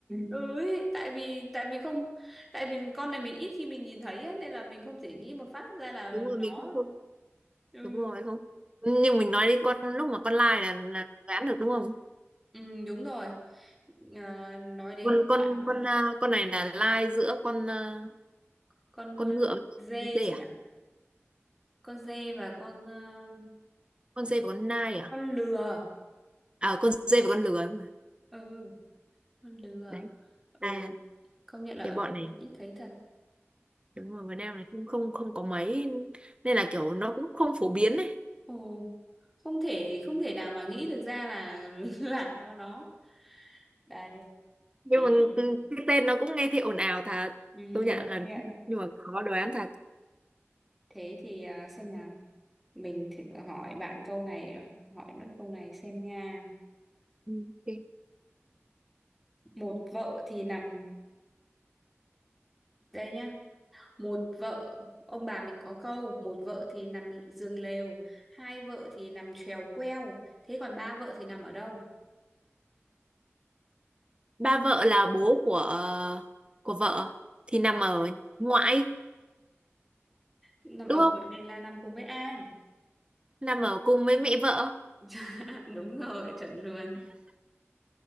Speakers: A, in the centre; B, on the right.
A: ừ ấy, tại vì tại vì không tại vì con này mình ít khi mình nhìn thấy ấy, nên là mình không thể nghĩ một phát ra là
B: Đúng rồi,
A: nó
B: mình không không.
A: ừ
B: Đúng rồi không. Nhưng mình nói đến con lúc mà con lai là là đoán được đúng không?
A: ừ đúng rồi Ờ, nói đến
B: Con con
A: bạn đó
B: con à, con này là lai giữa con à,
A: con ờ,
B: con ngựa với
A: dê
B: con dê
A: chứ
B: à?
A: nhỉ con dê và con ờ,
B: Con dê và con nai
A: con
B: à?
A: lừa
B: à, con dê và con lừa ấy mà
A: ừ con lừa
B: đấy
A: ừ
B: à,
A: công nhận là
B: cái
A: ở
B: bọn
A: Việt
B: này
A: Nam ít thấy thật
B: đúng rồi Việt Nam này cũng không không có mấy nên là kiểu nó cũng không phổ biến ấy
A: ồ không thể không thể nào mà nghĩ được ra là <laughs> là có nó đây
B: nhưng
A: thế
B: mà
A: thì
B: cái tên nó cũng nghe thấy ồn ào thật
A: ừ,
B: công nhận
A: công
B: là
A: nhận
B: nhưng mà khó đoán thật
A: thế thì à, xem nào mình thử hỏi bạn câu này hỏi nó câu này xem nha
B: Ừ, ok.
A: một vợ thì nằm đây nhá một vợ ông bà mình có câu một vợ thì nằm giường lều hai vợ thì nằm chèo queo thế còn ba vợ thì nằm ở đâu
B: ba vợ là bố của ờ, của vợ thì nằm ở ngoại
A: nằm
B: đúng
A: ở
B: không
A: ngoài là nằm cùng với ai
B: nằm ở cùng với mẹ vợ
A: <laughs> đúng rồi chuẩn luôn